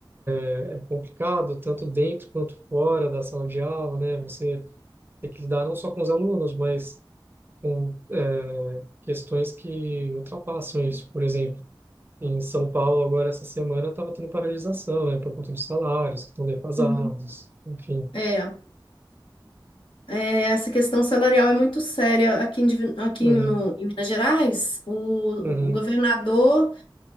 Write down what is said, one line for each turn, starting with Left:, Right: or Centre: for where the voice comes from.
Right: é complicado, tanto dentro quanto fora da sala de aula, né? Você tem que lidar não só com os alunos, mas com é, questões que ultrapassam isso. Por exemplo, em São Paulo, agora essa semana, estava tendo paralisação, né, por conta dos salários que estão defasados,
Left: Uhum.
Right: enfim.
Left: É. Essa questão salarial é muito séria aqui em, Divi- aqui
Right: Uhum,
Left: em- no, em Minas Gerais. O,
Right: uhum,
Left: o- governador,